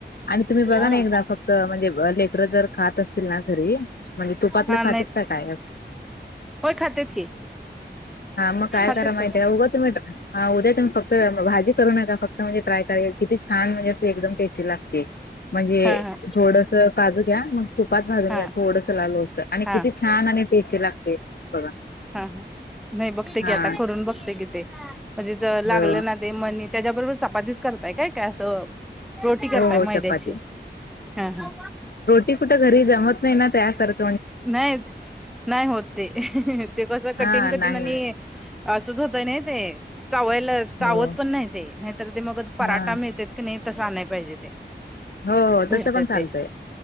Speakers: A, on the left; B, in the centre.
A: आणि तुम्ही बघा
B: हा
A: ना एकदा फक्त त म्हणजे लेकरं जर खात अस तीलना घरी, म्हणजे तुपातलं
B: हा नाही
A: खातात का काय? अस
B: होय खातात की.
A: हम काय
B: खातेत
A: करा माहिती
B: तस
A: काय उग तुम्ही <unintelligible> हा उद्या तुम्ही फक्त भाजी करू नका फक्त म्हणजे ट्राय करा किती छान म्हणजे अशी एकदम टेस्टी लागते, म्हणजे
B: हा हा
A: थोडस काजू घ्या, मग तुपात भाजून
B: हा
A: घ्या, थोडस लाल होवस्तर आणि
B: हा
A: किती छान आणि टेस्टी लागते बघा.
B: हम्म, नही बघते कि
A: हा
B: आता, करून बघते की ते म्हणजे जर लागलं
A: हो
B: ना ते मनी त्याच्याबरोबर चपातीच करताय काय काय असं? रोटी करताय
A: हो हो
B: मैद्याची?
A: चपाती
B: हा हा.
A: ती कुठ घरी जमत नाही ना, त्यासारख
B: नाही नाही होत ते, ते कस
A: हा
B: कठीण कठीण
A: नाही
B: आणि असंच होतय नाही ते, चावायला चावत
A: हो
B: पण नाही ते नाहीतर ते मग पराठा
A: हा
B: मिळत क नाही तसं आनया पाहिजे ते.
A: हो हो
B: भीडते
A: तसं पण चालतंय
B: ते